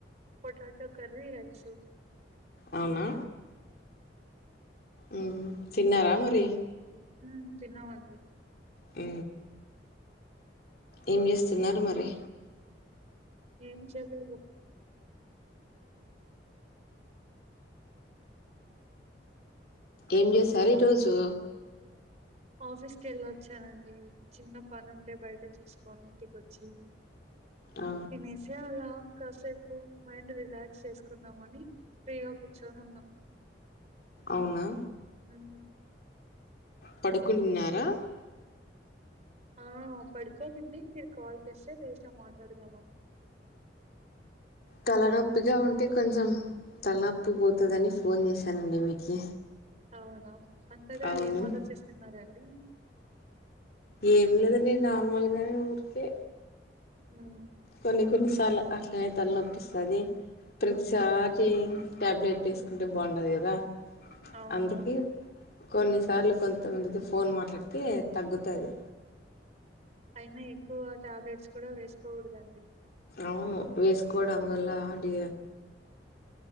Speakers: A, on the right; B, on the left.
A: potato potato curry rice
B: అవునా ఉ తిన్నారా మరి
A: హ్ తిన్నామండి.
B: హ్ ఏం జేస్తున్నారు. మరి
A: ఏం చేయలేదు.
B: ఏం చేసారు ఈరోజు
A: ఆఫీస్కి వెళ్ళొచ్చానండి చిన్న పని ఉంటే బయట చూసుకొని ఇంటికి వచ్చి
B: ఆ
A: తినేసి అలా కాసేపు మైండ్ రిలాక్స్ చేసుకుందమని ఫ్రీగా కూర్చొని ఉన్నాం.
B: అవునా
A: ఊ
B: పడుకున్నారా
A: ఆ పడుకొన్నింటి మీరు కాల్ చేస్తే లేసా మాట్లాడదామ అని
B: తలనొప్పిగా ఉంటే కొంచెం తలనొప్పి పోతుందని ఫోన్ చేశానండి మీకి
A: అవునా అంతగా
B: అవును
A: ఏం ఆలోచిస్తున్నరు అండీ
B: ఏం లేదండి నార్మల్గానే ఊరికే
A: హ్మ్
B: కొన్ని కొన్నిసార్లు అట్లా అట్లనే తలనొప్పిస్తాది ప్రతిసారి
A: హ్మ్
B: టాబ్లెట్ తీసుకుంటే బాగుండదు కదా
A: అవునవును
B: అందుకే కొన్నిసార్లు కొంతమందితో ఫోన్ మాట్లాడితే తగ్గుతాది
A: అయినా ఎక్కువ టాబ్లెట్స్ కూడా వేసుకోకూడదు అండి
B: అవును వేసుకోవడం వల్ల డి